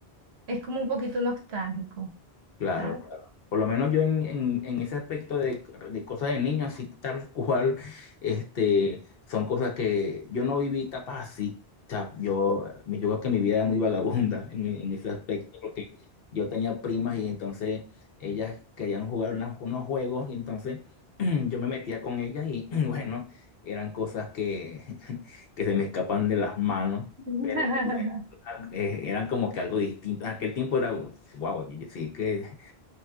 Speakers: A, on the right (about 80°); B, on the left (about 65°).
A: Es como un poquito nostálgico,
B: Claro,
A: ¿sabes?
B: claro. Por lo menos yo en, en- en ese aspecto de, de cosas de niños, así tal cual, este, son cosas que yo no viví etapas así. O sea, yo, yo creo que mi vida era muy vagabunda en, en ese aspecto, porque yo tenía primas y entonces ellas querían jugar unas- unos juegos, y entonces <clears throat> yo me metía con ellas y <clears throat> bueno, eran cosas que, <laughs> que se me escapan de las manos.
A: <laughs>
B: pero eh, eran como que algo distinto. En aquel tiempo era, wow, sí que